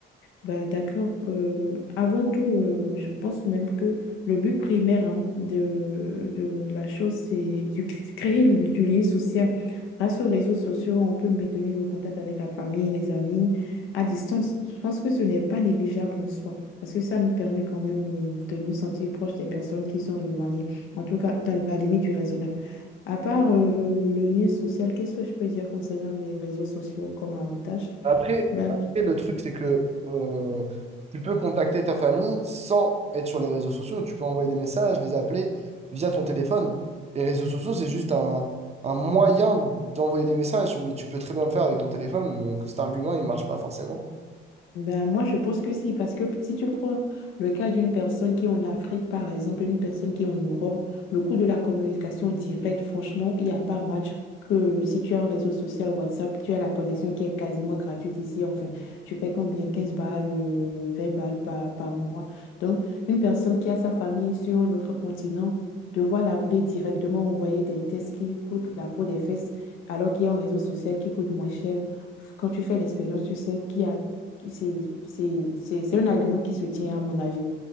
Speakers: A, on the left (about 90°); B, on the right (about 35°).
A: bah, d'accord. Euh, avant tout, euh, je pense même que le but primaire hein, de, de la chose, c'est de créer du, du lien social. Grâce aux réseaux sociaux, on peut maintenir le contact avec la famille, les amis, à distance. Je pense que ce n'est pas négligeable en soi, parce que ça nous permet quand même euh, de nous sentir proches des personnes qui sont éloignées, en tout cas dans la limite du raisonnable. À part euh, le lien social, qu'est-ce que je peux dire concernant les réseaux sociaux comme avantage?
B: Après,
A: Ben,
B: après, le truc, c'est que euh, tu peux contacter ta famille sans être sur les réseaux sociaux. Tu peux envoyer des messages, les appeler via ton téléphone. Les réseaux sociaux, c'est juste un, un moyen d'envoyer des messages, mais tu peux très bien le faire avec ton téléphone. Donc cet argument, il marche pas forcément.
A: Ben, moi, je pense que si, parce que si tu prends le cas d'une personne qui est en Afrique, par exemple, et une personne qui est en Europe, le coût de la communication directe, franchement, il n'y a pas match que si tu as un réseau social WhatsApp, tu as la connexion qui est quasiment gratuite ici. Enfin, tu payes combien? quinze balles, euh, 20 balles par, par mois. Donc, une personne qui a sa famille sur un autre continent, devoir l'appeler directement, envoyer des tests qui coûtent la peau des fesses, alors qu'il y a un réseau social qui coûte moins cher quand tu fais l'expérience, tu sais qu'il y a c'est c'est- c'est- c'est un argument qui se tient à mon avis.